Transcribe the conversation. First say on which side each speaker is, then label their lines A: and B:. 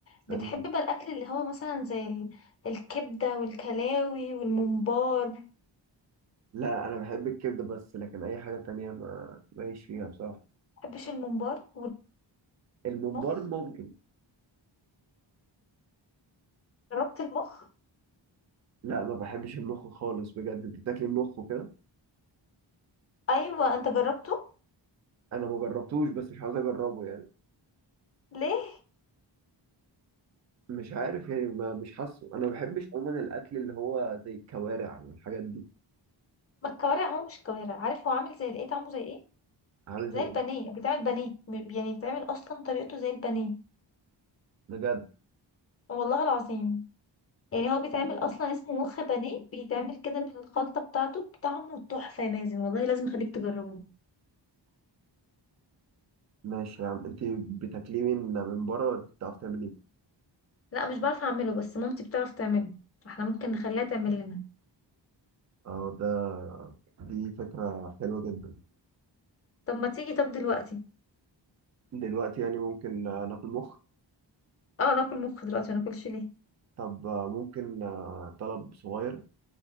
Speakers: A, on the left; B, on the right.
A: بتحب
B: يعني
A: بقى الاكل اللي هو مثلا زي ال... الكبدة والكلاوي والممبار
B: لا انا بحب الكبده بس لكن اي حاجه تانية ما ماليش فيها بصراحه
A: مبحبش الممبار
B: الممبار
A: والمخ
B: ممكن
A: جربت المخ
B: لا ما بحبش المخ خالص بجد انت بتاكل المخ وكده
A: ايوه انت جربته
B: انا ما جربتوش بس مش عاوز اجربه يعني
A: ليه
B: مش عارف يعني ما مش حاسه انا ما بحبش عموما الاكل اللي هو زي الكوارع والحاجات دي
A: ما الكوارع هو مش كوارع عارف هو عامل زي الايه طعمه زي ايه
B: عامل
A: زي
B: زي إيه؟
A: البانيه بيتعمل بانيه م- يعني بيتعمل اصلا طريقته زي البانيه
B: بجد
A: والله العظيم يعني هو بيتعمل اصلا اسمه مخ بانيه بيتعمل كده بالخلطه بتاعته بطعمه تحفه يا مازن والله لازم اخليك تجربه
B: ماشي يا عم انت بتاكليه من من بره ولا بتعرف تعمليه
A: لا مش بعرف اعمله بس مامتي بتعرف تعمله احنا ممكن نخليها تعمل لنا
B: اه ده دي فكرة حلوة جدا
A: طب ما تيجي طب دلوقتي
B: دلوقتي يعني ممكن آه، ناكل مخ
A: اه ناكل مخ دلوقتي ما ناكلش ليه
B: طب آه، ممكن آه، طلب صغير